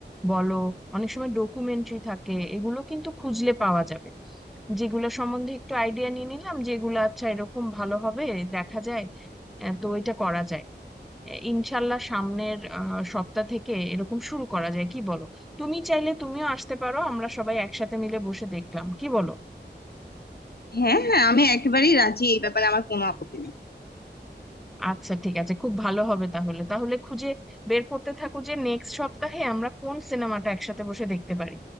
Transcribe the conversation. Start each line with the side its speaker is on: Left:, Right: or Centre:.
Centre: বলো অনেক সময় ডকুমেন্টারি থাকে এগুলো কিন্তু খুঁজলে পাওয়া যাবে যেগুলো সম্বন্ধে একটু আইডিয়া নিয়ে নিলাম যেগুলো আচ্ছা এরকম ভালো হবে দেখা যায় আহ, তো এটা করা যায় আহ, ইনশাল্লাহ সামনের আহ, সপ্তাহ থেকে এরকম শুরু করা যায় কি বলো তুমি চাইলে তুমিও আসতে পারো আমরা সবাই একসাথে মিলে বসে দেখলাম কি বলো
Left: হ্যাঁ হ্যাঁ আমি একেবারেই রাজি এই ব্যাপারে আমার কোনো আপত্তি নেই
Centre: আচ্ছা ঠিক আছে খুব ভালো হবে তাহলে তাহলে খুঁজে বের করতে থাকো যে নেক্সট সপ্তাহে আমরা কোন সিনেমাটা একসাথে বসে দেখতে পারি